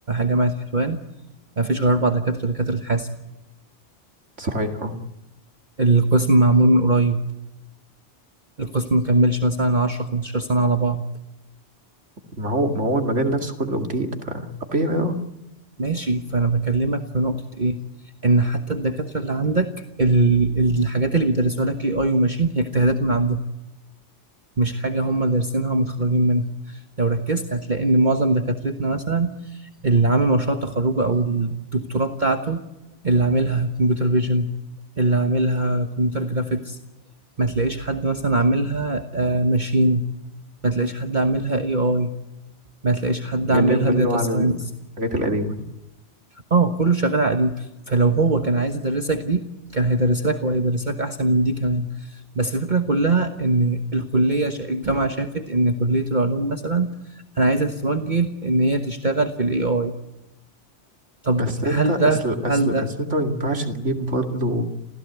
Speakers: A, on the right; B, on the right.
A: جامعة حلوان مفيش غير أربع دكاترة دكاترة حاسب
B: صحيح اه
A: القسم معمول من قريب القسم مكملش مثلا 10 15 سنة على بعض
B: ما هو ما هو المجال نفسه كله جديد فطبيعي اه
A: ماشي فأنا بكلمك في نقطة إيه إن حتى الدكاترة اللي عندك ال- الحاجات اللي بيدرسوها لك AI وماشين هي اجتهادات من عندهم مش حاجة هم دارسينها ومتخرجين منها لو ركزت هتلاقي إن معظم دكاترتنا مثلا اللي عامل مشروع تخرجه أو الدكتوراه بتاعته اللي عاملها كمبيوتر فيجن اللي عاملها كمبيوتر جرافيكس ما تلاقيش حد مثلا عاملها ماشين ما تلاقيش حد عاملها اي اي ما تلاقيش حد
B: اللي
A: عاملها
B: هي كله
A: داتا
B: على
A: ساينس
B: الحاجات القديمة
A: اه كله شغال على قديم فلو هو كان عايز يدرسك دي كان هيدرسها لك وهيدرس لك احسن من دي كمان بس الفكره كلها ان الكليه شا... الجامعه شافت ان كليه العلوم مثلا انا عايزه تتوجه ان هي تشتغل في الاي اي طب
B: أصل أنت
A: هل
B: أصل
A: ده
B: أصل
A: هل ده
B: أصل أنت ما ينفعش تجيب برضه